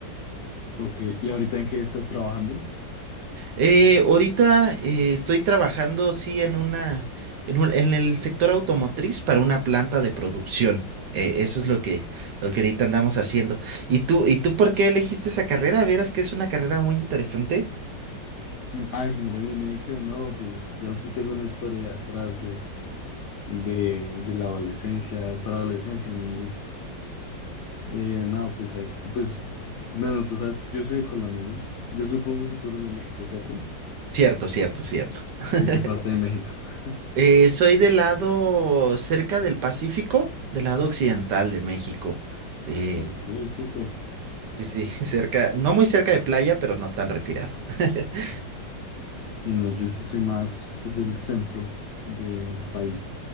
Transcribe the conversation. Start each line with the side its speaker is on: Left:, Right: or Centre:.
Left: Ok. ¿Y ahorita en qué estás trabajando?
Right: Eh, ahorita eh, estoy trabajando sí en una, en un- en el sector automotriz para una planta de producción. Eh, eso es lo que, lo que ahorita andamos haciendo. ¿Y tú, y tú por qué elegiste esa carrera? Verás que es una carrera muy interesante.
Left: Mm, Ah, ingeniería biomédica, no, pues yo sí tengo una historia atrás de, de la adolescencia, preadolescencia, niñez. Eh, no, pues, ahí- pues, bueno, tú sabes, yo soy de Colombia, ¿no? Yo supongo que tú eres de México, ¿cierto?
Right: Cierto, cierto, cierto. <laughs>
Left: ¿De qué parte de México? <laughs>
Right: Eh, soy del lado cerca del Pacífico, del lado occidental de México. Eh,
Left: Ok, súper.
Right: sí, sí, <laughs> cerca, no muy cerca de playa, pero no tan retirado. <laughs>
Left: Y no, yo sí soy más del centro del país.